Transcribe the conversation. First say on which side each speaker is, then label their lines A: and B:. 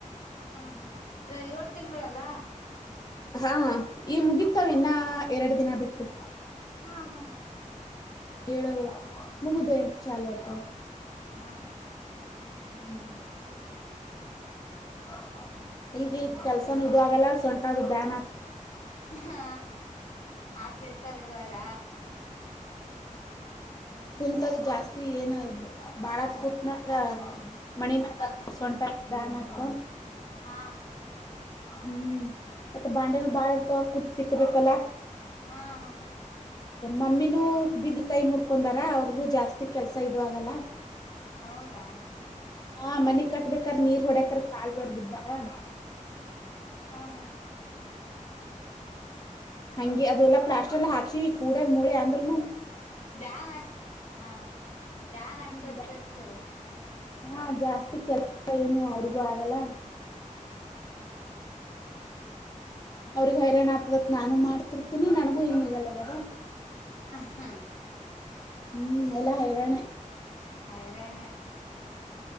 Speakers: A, on the left (about 65°); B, on the left (about 30°).
A: ಹಾ ಹಾ ಈವಗ ಏಳ್ ತಿಂಗಳಲ್ಲ
B: ಹಾ ಈ ಮುಗಿತಾವ ಇನ್ನ ಎರಡು ದಿನ ಬಿಟ್ಟು
A: ಹಾ ಹಾ
B: ಹೇಳು ಮುಗುದು ಎಂತ ಚಾಲ್ ಆತ
A: ಹಾ ಹಾ
B: ಹ್ಮ್ <unintelligible> ಈಗ ಈಗ ಕೆಲ್ಸನು <unintelligible> ಆಗಲ್ಲ ಸೊಂಟ ಅದು ಬ್ಯಾನ್ ಆ
A: ಹೂ ಆತಿರ್ತಾವ ಇವಾಗ.
B: ಕುಂತಾಗ ಜಾಸ್ತಿ ಏನ. ಬಾಳತ್ ಕುೂತ್ನದ್ರ ಮಣಿ ಮ್ಯಾಗ
A: ಟಂಕ್
B: ಸೊಂಟ ಬ್ಯಾನ್ತ್.
A: ಹಾ.
B: ಹ್ಮ್ ಮತ್ತ ಬಾಂಡೆನ ಬಾಳ ಇರ್ತಾವ ಕುೂಟ್ಟ ತಿಕ್ಕಬೇಕಲ್ಲ.
A: ಹ್ಮ್ ಹಾ.
B: ಮಮ್ಮಿನೂ ಬಿದ್ ಕೈ ಮುರ್ಕೊಂಡಾರ ಅವ್ರಿಗೂ ಜಾಸ್ತಿ ಕೆಲ್ಸ ಇದ ಆಗಲ್ಲ.
A: ಹೌದಾ.
B: ಹಾ ಮನಿಗ್ ಕಟ್ಟಬೇಕಾದರೆ ನೀರ್ ಹೊಡಕ್ರ ಕಾಳ ಜರ್ ಬಿದ್ದಾರ.
A: ಹಾ ಹಾ.
B: ಹಂಗೆ ಅದು ಎಲ್ಲಾ ಪ್ಲಾಸ್ಟರ್ ಎಲ್ಲ ಹಾಕಸಿ ಕೂಡಾಗ ಮೂಳೆ ಅಂದ್ರನು.
A: ಬ್ಯಾನ್ ಹಾ ಬ್ಯಾನ್ ಆಕ್ತಾ
B: ಹ್ಮ್
A: ಇರ್ತಾ
B: ಜಾ
A: ಇತಿ ಅದು.
B: ಹಾ ಜಾಸ್ತಿ ಕೆಲಸ ಏನು ಅವ್ರಿಗೂ ಆಗಲ್ಲ.
A: ಹ್ಮ್
B: ಅವ್ರಗ್ ಹೈರಾಣ ಆತದತ್ ನಾನು ಮಾಡ್ತಿರ್ತೀನಿ ನನ್ಗೂ ಏನ್ಗಲ್ಲಗ್ಯಾರ.
A: ಹ ಹ್ಮ.
B: ಹ್ಮ್ ಎಲ್ಲಾ ಹೈರಾಣ.
A: ಐರಾಣ